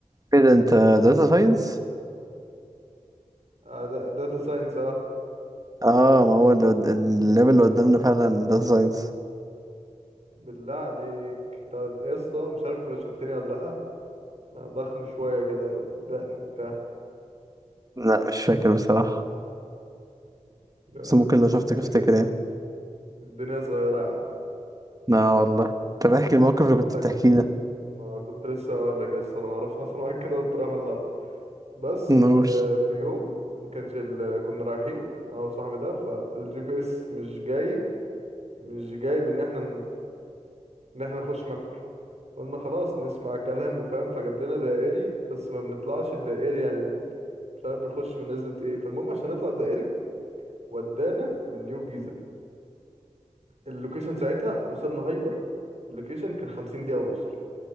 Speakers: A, on the right (about 30°); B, on the right (about 55°).
A: ايه ده انت داتا ساينس
B: آه، دا- داتا ساينس اه
A: اه ما هو اللي قد- اللاب اللي قدامنا فعلا داتا ساينس
B: بالله عليك طب يا اسطى مش عارف تبقى شفتني ولا لا أنا ضخم شوية كده ودقن وبتاع
A: لا مش فاكر بصراحة
B: يا
A: بس ممكن
B: ابني،
A: لو شفتك
B: الدنيا
A: افتكر يعني
B: الدنيا صغيرة يا عم
A: لا والله طب احكي الموقف اللي
B: بقول
A: كنت
B: لك
A: بتحكيه ده
B: ما كنت لسه هقول لك يا اسطى انا ما اعرفش حصل معاك كده وانت رايح ولا لا بس
A: نور
B: آه، في يوم ما كانش ال- كنا رايحين انا وصاحبي ده فالجي بي اس مش جايب مش جايب ان احنا ان احنا نخش محور قلنا خلاص نسمع كلام وفاهم فجاب لنا دائري بس ما بنطلعش الدائري يعني بن... مش عارف بنخش من نزلة ايه فالمهم عشان نطلع دائري ودانا من نيو جيزة اللوكيشن ساعتها وصلنا هايبر اللوكيشن كان خمسين دقيقة ونوصل